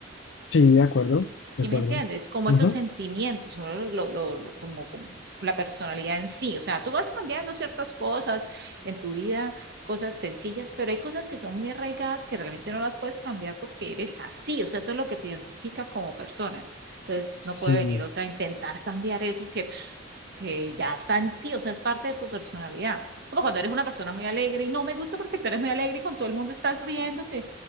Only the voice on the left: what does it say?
Sí, de acuerdo,
de acuerdo.
Ujú.
Sí,